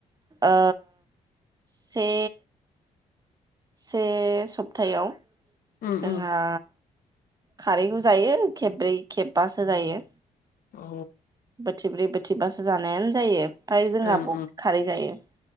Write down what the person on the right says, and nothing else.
ओ से से सब्तायाव
जोंहा
खारैखौ जायो खेबब्रै खेबबासो जायो
बोथिब्रै बोथ बासो जानायानो जायो ओमफाय जोंहा
बहुद खारै जायो